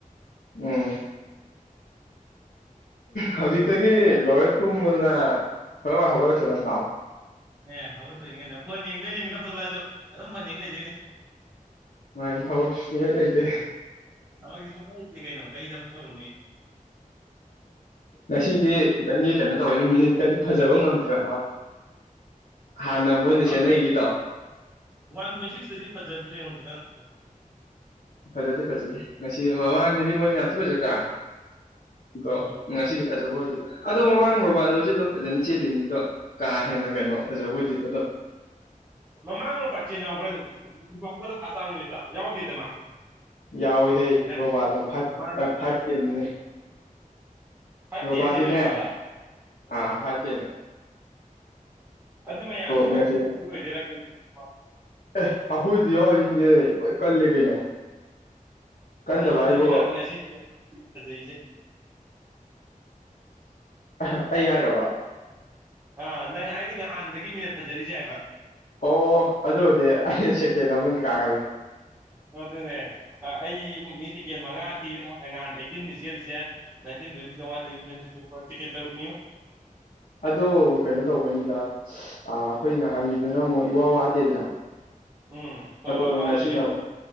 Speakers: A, on the left; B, on the right.
A: ꯎꯝ ꯍꯧꯖꯤꯛꯇꯒꯤ ꯂꯣꯏꯔꯒ ꯇꯨꯝꯕꯗꯨꯅ ꯍꯣꯔꯦꯋꯥꯏ ꯍꯧꯒꯠꯂꯛꯇꯣꯏ ꯅꯠꯇ꯭ꯔꯣ
B: ꯑꯦ ꯍꯧꯒꯠꯇꯣꯏꯅꯤ ꯀꯩꯅ ꯐꯣꯟ ꯌꯦꯡꯗꯣꯏꯅꯦ ꯃꯤꯀꯞ ꯊꯣꯛꯂꯛꯑꯁꯨ ꯑꯗꯨꯝ ꯐꯣꯟ ꯌꯦꯡ ꯂꯩꯗꯣꯏꯅꯦ
A: ꯃꯥꯏ ꯊꯕꯛ ꯁꯨꯡꯂꯩ ꯂꯩꯇꯦ
B: ꯊꯕꯛ ꯁꯨꯡꯎ ꯎꯗꯦ ꯀꯩꯅꯣ ꯀꯩ ꯊꯕꯛ ꯇꯧꯔꯨꯅꯤ
A: ꯉꯁꯤꯗꯤ ꯈꯤꯇꯪꯒꯤ ꯀꯩꯅꯣ ꯇꯧꯋꯦ ꯃꯤꯅꯤꯠꯀꯗꯤ ꯐꯖꯕ ꯉꯝꯗ꯭ꯔꯦ ꯍꯥꯟꯅ ꯃꯣꯏꯅ
B: ꯋꯥꯟ
A: ꯆꯦꯟꯅꯩꯒꯩꯗꯣ
B: ꯋꯥꯟ ꯄꯣꯏꯟ ꯁꯤꯛꯁ ꯇꯨꯗꯤ ꯐꯖꯗ꯭ꯔꯦ ꯑꯃꯨꯛ ꯈꯤꯇꯪ
A: ꯐꯖꯗꯦ ꯐꯖꯗꯦ ꯉꯁꯤꯗꯤ ꯃꯃꯥꯡꯗꯗꯤ ꯃꯣꯏꯅ ꯌꯥꯝ ꯊꯤ ꯐꯖꯗ꯭ꯔꯥ ꯑꯗꯣ
B: ꯎꯝ
A: ꯉꯁꯤꯗꯤ ꯐꯖꯕ ꯑꯣꯏꯗꯦꯗꯥ ꯑꯗꯣ ꯃꯃꯥꯡ ꯔꯣꯕꯥ꯭ꯔꯗ ꯍꯣꯏꯁꯨ ꯑꯗꯨꯝ ꯐꯖꯅ ꯆꯦꯂꯤꯅꯦ ꯑꯗꯣ ꯀꯥ ꯍꯦꯟꯅ ꯀꯩꯅꯣ ꯐꯖꯕ ꯑꯣꯏꯗꯦ ꯗꯨꯝ
B: ꯃꯃꯥꯡ ꯔꯣꯕꯥꯔ꯭ꯠ ꯆꯦꯟ ꯌꯥꯎꯕ꯭ꯔꯅꯦ <unintelligible> ꯐꯔ꯭ꯁꯠ ꯇꯥ ꯅꯨꯃꯤꯠꯇꯣ ꯌꯥꯎꯗꯦꯗ ꯃꯥ
A: ꯌꯥꯎꯏꯍꯦ
B: ꯑꯦ
A: ꯔꯣꯕꯥꯔꯠꯅ ꯐꯥꯏꯚ
B: ꯃꯥ
A: ꯐꯥꯏꯚ ꯇꯦꯟꯗꯨꯅꯤ
B: ꯐꯥꯏꯚ
A: ꯔꯣꯕꯥꯥꯔ꯭ꯠ
B: ꯇꯦꯟ ꯆꯦꯜꯂꯤꯔ
A: ꯅꯥ ꯅꯦ
B: ꯃꯥꯗꯣ
A: ꯐꯥꯏꯕ
B: ꯑ
A: ꯇꯦꯟꯗꯥ
B: ꯑꯗꯨ ꯃꯌꯥꯝꯁꯦ
A: ꯉꯁꯤ
B: ꯀꯟꯈꯠꯅꯔꯛꯄꯒꯤ ꯑꯣꯏꯗꯣꯏꯔꯥ ꯀꯩꯅꯣ <unintelligible>
A: ꯑꯦ ꯑꯩꯈꯣꯏꯗꯤ ꯌꯥꯎꯔꯤꯁꯤꯡꯁꯦ ꯂꯣꯏ ꯀꯜꯂꯦ ꯀꯩꯅꯣ ꯀꯟꯗꯕ
B: ꯅꯪ ꯈꯛꯇꯅꯤ
A: ꯍꯥꯏꯕꯨ
B: ꯅꯥꯕ
A: ꯑꯁ
B: ꯉꯁꯤ <unintelligible> ꯐꯖꯩꯁꯦ
A: ꯑꯁ ꯑꯩ ꯍꯥꯏꯔꯕ
B: ꯑꯥ ꯅꯪ ꯍꯥꯏꯗꯤ ꯅꯍꯥꯟꯗꯒꯤ ꯃꯤꯅꯠ ꯐꯖꯔꯤꯁꯦ ꯍꯥꯏꯕ
A: ꯑꯣ ꯑꯗꯨꯕꯨꯗꯤ ꯑꯩ ꯁꯦꯀꯦꯟ ꯑꯃꯗꯤ ꯀꯥꯈꯠꯂꯦ
B: ꯑꯗꯨꯅꯦ ꯑꯩ ꯐꯪꯅꯤ ꯁ‌ꯦꯀꯦꯟ ꯃꯉꯥ ꯊꯤꯔꯦ ꯑꯩ ꯉꯍꯥꯟ ꯑꯩꯠꯇꯤꯟꯅꯤ ꯆꯦꯜꯂꯤꯁꯦ <unintelligible> ꯇꯤꯛꯀ‌ꯦꯠ ꯇꯔꯨꯛꯅꯤꯉ‌ꯣ
A: ꯑꯗ‌ꯣ ꯀꯩꯅꯣ ꯇꯧꯕꯩꯅꯤꯗ ꯑꯥ ꯑꯩꯈꯣꯏ ꯉꯍꯥꯟꯒꯤꯗꯨꯅ ꯑꯃꯨꯛ ꯏꯋꯥ ꯋꯥꯗꯦꯗꯅ
B: ꯎꯝ ꯍꯣꯏ
A: ꯑꯗꯨꯒ
B: ꯍꯣꯏ ꯋꯥꯗꯕꯤꯁꯦ
A: ꯉꯁꯤꯅ